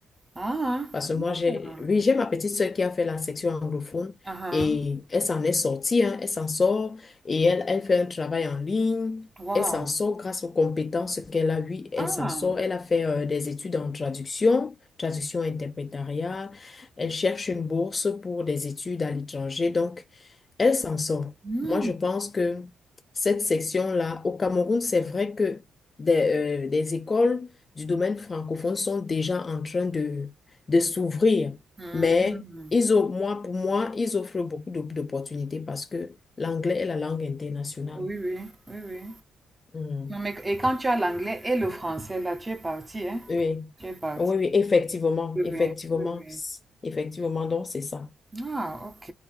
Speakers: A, on the right; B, on the left.
A: Ah,
B: Parce que moi, j'ai,
A: ah,
B: oui, j'ai ma petite sœur qui a fait la section anglophone
A: ah, ah.
B: et elle s'en est sortie, hein, elle s'en sort et elle, elle fait un travail en ligne.
A: wow.
B: Elle s'en sort grâce aux compétences qu'elle a eues. Elle
A: Ah,
B: s'en sort. Elle a fait euh, des études en traduction, traduction interprétariale. Elle cherche une bourse pour des études à l'étranger. Donc, elle s'en sort.
A: hmm,
B: Moi, je pense que cette section-là, au Cameroun, c'est vrai que des, euh, des écoles du domaine francophone sont déjà en train de, de s'ouvrir.
A: hmm.
B: Mais ils ont, moi, pour moi, ils offrent beaucoup d'op- d'opportunités parce que l'anglais est la langue internationale.
A: Oui, oui, oui, oui.
B: Mm.
A: Non, mais, et quand tu as l'anglais et le français là, tu es parti, hein?
B: Oui,
A: Tu es parti.
B: oui, oui, effectivement,
A: Oui,
B: effectivement,
A: oui, oui, oui.
B: c- effectivement, donc c'est ça.
A: Ah, ok.